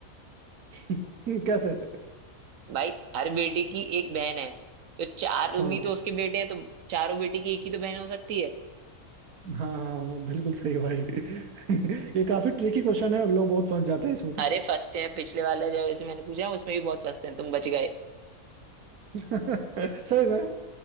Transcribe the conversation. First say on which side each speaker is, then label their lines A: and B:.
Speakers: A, on the right (about 85°); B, on the right (about 70°).
A: हैं <laughs> कैसे
B: भाई हर बेटे की एक बहन है तो चार
A: हाँ
B: भी तो उसके बेटे हैं तो चारों बेटे की एक ही तो बहन हो सकती है
A: हाँ हाँ हाँ बिल्कुल सही भाई <laughs> ये काफी ट्रिकी क्वेश्चन है लोग बहुत फंस जाते हैं इसमें तो
B: अरे फंसते हैं पिछले वाला जैसे मैंने पूछा है, उसमें भी बहुत फंसते हैं तुम बच गए
A: <laughs> सही में